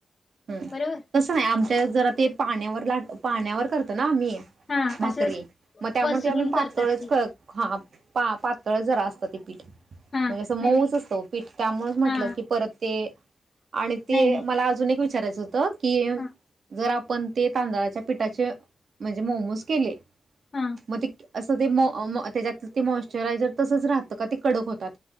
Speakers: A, on the right; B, on the left.
A: हम्म
B: बरोबर
A: तसं नाही आमच्या जरा ते पाण्यावर ला पाण्यावर करतो ना आम्ही
B: हा
A: भाकरी
B: असं स-
A: मग त्यामुळे
B: वसरून
A: ते आम्ही पातळचा
B: करतात ते
A: पा पातळ जरा असतं ते पीठ म्हणजे
B: हा
A: असं
B: नाही
A: मऊच
B: नाही
A: असतं पीठ त्यामुळेच म्हंटलं
B: हा
A: की परत ते आणि ते
B: नाही नाही
A: मला अजून एक विष विचारायच होतं कीम
B: हा
A: जरा आपण ते तांदळाच्या पिठाचे म्हणजे मोमोज केले.
B: हा
A: मतक असं ते मो अम् त्याच्यात ते मॉशचरायझर तसच राहतं का ते कडक होतात.